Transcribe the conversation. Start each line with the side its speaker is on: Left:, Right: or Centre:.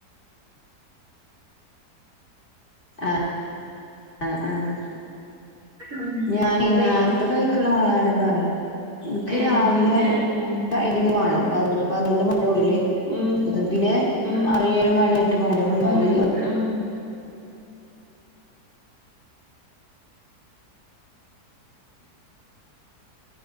Left: ആ ആ ആ
Right: ഉം
Left: ഞാനീ
Right: റേഞ്ച്
Left: നേരത്തെ കഴിക്കുന്ന ആളാണ് പറയാ എനിക്ക്
Right: ഏ
Left: രാവിലെ
Right: ഏ ഉം
Left: സൈഡിങ് വേണം പന്ത്രണ്ട് മണി ഉള്ളില്
Right: ഉം
Left: പിന്നെ
Right: ഉം
Left: ആറ് ഏഴ് മണി എട്ട് മണിന്റെ മുമ്പായിട്ട്
Right: ഉം ഉം